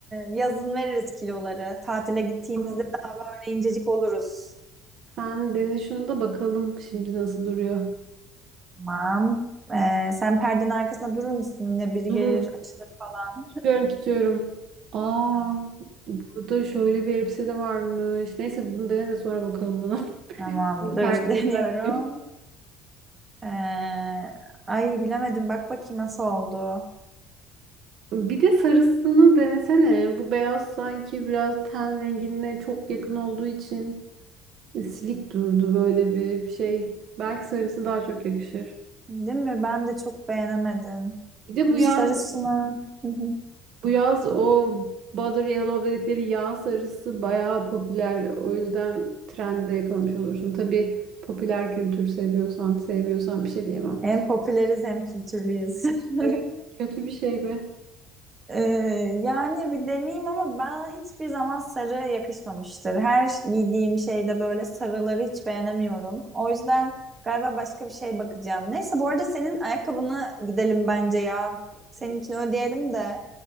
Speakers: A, on the right (about 20°); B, on the right (about 50°).
A: yazın veririz kiloları. Tatile gittiğimizde
B: Tamam.
A: daha böyle incecik oluruz.
B: Sen dene şunu da bakalım şimdi nasıl duruyor.
A: Tamam. E, sen perdenin arkasında durur musun? Yine biri
B: Durur.
A: gelir açılır falan.
B: Tutuyorum tutuyorum. Aa
A: Tamam.
B: burada şöyle bir elbise de varmış. Neyse bunu dene de sonra bakalım buna. <laughs>
A: Tamam
B: Şimdi
A: dur
B: perdeyi
A: <laughs> deniyorum.
B: bırakayım.
A: E, ay bilemedim bak bakayım nasıl oldu.
B: Bir de sarısını denesene. Bu beyaz sanki biraz ten rengine çok yakın olduğu için silik durdu böyle bir şey. Belki sarısı daha çok yakışır.
A: Değil mi? Ben de çok beğenemedim.
B: Bir de bu
A: Bu
B: yaz
A: sarısını. Hı hı.
B: Bu yaz o Butter Yellow dedikleri yağ sarısı bayağı popüler. O yüzden trendi de yakalamış olursun. Tabii popüler kültür seviyorsan, sevmiyorsan bir şey diyemem.
A: Hem popüleriz hem kültürlüyüz. <laughs>
B: Evet. Kötü bir şey mi?
A: Ee, yani bir deneyeyim ama bana hiçbir zaman sarı yakışmamıştır. Her giydiğim şeyde böyle sarıları hiç beğenemiyorum. O yüzden galiba başka bir şey bakacağım. Neyse bu arada senin ayakkabını gidelim bence ya. Seninkini ödeyelim de.